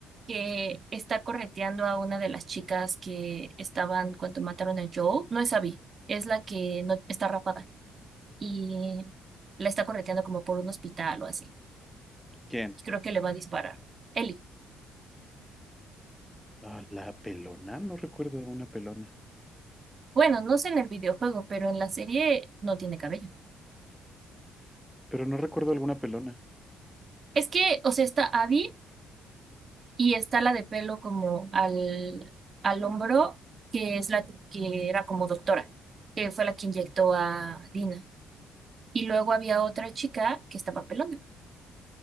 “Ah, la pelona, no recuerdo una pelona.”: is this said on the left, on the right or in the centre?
Centre